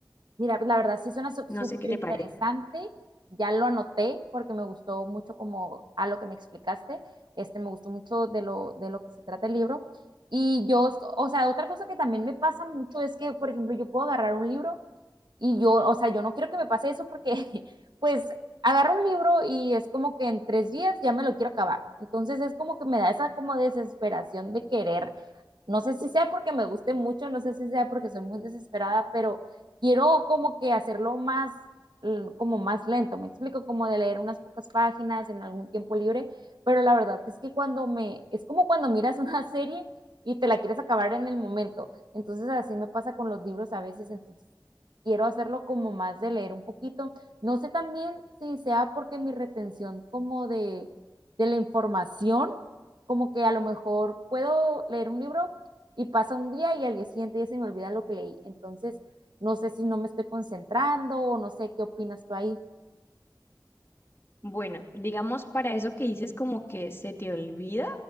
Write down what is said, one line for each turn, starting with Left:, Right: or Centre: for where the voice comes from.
Right: Mira, la verdad sí suena sup-
Left: No
Right: súper
Left: sé qué te
Right: interesante.
Left: parece.
Right: Ya lo anoté porque me gustó mucho como a lo que me explicaste. Este, me gustó mucho de lo, de lo que se trata el libro. Y yo, o sea, otra cosa que también me pasa mucho es que, por ejemplo, yo puedo agarrar un libro Y yo, o sea, yo no quiero que me pase eso porque, <laughs> pues, agarro un libro y es como que en tres días ya me lo quiero acabar. Entonces es como que me da esa como desesperación de querer no sé si sea porque me guste mucho, no sé si sea porque soy muy desesperada, pero quiero como que hacerlo más, como más lento, me explico, como de leer unas pocas páginas en algún tiempo libre, pero la verdad es que cuando me, es como cuando miras <laughs> una serie y te la quieres acabar en el momento, entonces así me pasa con los libros a veces, entonces quiero hacerlo como más de leer un poquito, no sé también si sea porque mi retención como de, de la información, como que a lo mejor puedo leer un libro y pasa un día y al día siguiente ya se me olvida lo que leí. Entonces, no sé si no me estoy concentrando o no sé qué opinas tú ahí.
Left: Bueno, digamos para eso que dices como que se te olvida,